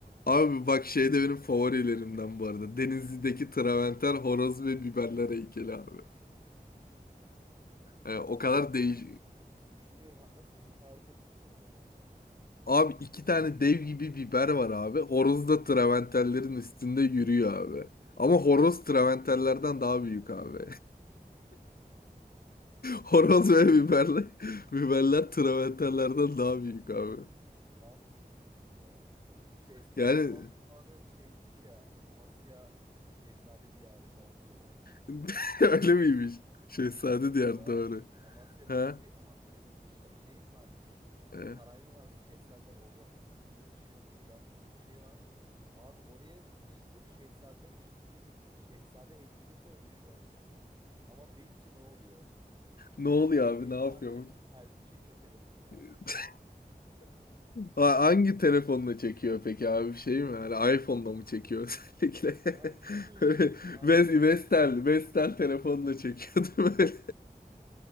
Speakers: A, on the left; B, on the right.
A: Abi bak
B: Çok
A: şey
B: kötü.
A: de benim favorilerimden bu arada. Denizli'deki Traventer, horoz ve biberler heykeli abi. Yani
B: Bir
A: o
B: dakika.
A: kadar değiş...
B: Abi. Düşünüyorum ha, nasıl bir tarif etsene onu bana.
A: Abi iki tane dev gibi biber var abi. Horoz da Traventerlerin üstünde yürüyor abi. Ama horoz Traventerlerden daha büyük abi. Horoz ve biberle, <laughs> biberler travertenlerden daha büyük abi.
B: Abi çok kötü ya. Şu eskiden
A: Yani
B: Osmanlı zamanı şeymiş ya Amasya Şehzade Diyarı falan diyorlar.
A: <laughs> öyle miymiş? Şehzade
B: Öyle
A: diğer
B: diyorlar.
A: doğru.
B: Amasya'da
A: Ha?
B: işte Amasya'da bir şa- şey mi varmış?
A: E.
B: Saray mı varmış? Şehzadeler oradan mı yetişiyormuş? Cart curt bir şey var. Abi oraya sırf şehzadeler için bir şehzade heykeli koymuşlar. Ama bil ki ne oluyor?
A: Ne oluyor
B: Şehzade
A: abi? Ne yapıyormuş?
B: selfie çekiyor telefonla abi.
A: <laughs> Ha, Hangi telefonla çekiyor peki abi? Şey mi? Hani iPhone'la mı çekiyor özellikle?
B: Yani bilmiyorum.
A: <laughs>
B: iPhone
A: Ve- Vestel, Vestel telefonla çekiyor değil mi?